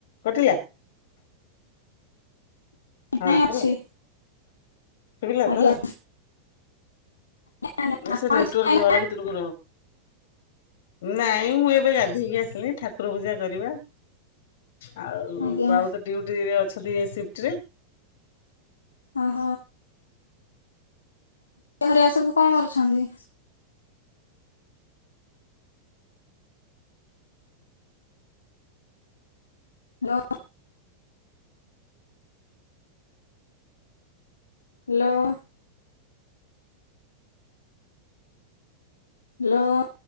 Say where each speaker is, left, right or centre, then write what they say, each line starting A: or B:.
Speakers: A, on the left; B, on the left.
A: କଟିଲା ହଁ
B: ନାଇଁ ଅଛି
A: ହେଲା ଶୁଭିଲା
B: ଆଜ୍ଞା
A: ତ
B: ଆଜ୍ଞା
A: ନା
B: ଆପଣ
A: ସେ ନେଟୱାର୍କ
B: କିଛି ଖାଇନାହାନ୍ତି
A: ଘହାର ଭିତର ର ନାଇଁ ମୁଁ ଏବେ ଗାଧେଇକି ଆସିଲି ଠାକୁର ପୂଜା କରିବା। ଆଉ
B: ଆଜ୍ଞା
A: ବାବୁ ତ ଡଉଟି ରେ ଅଛନ୍ତି ସି୍ଫ୍ଟରେ
B: ଅହ ଉ ହରିଆ ସବୁ କଣ କରୁଛନ୍ତି? ଲ ହ୍ୟାଲୋ। ହ୍ୟାଲୋ।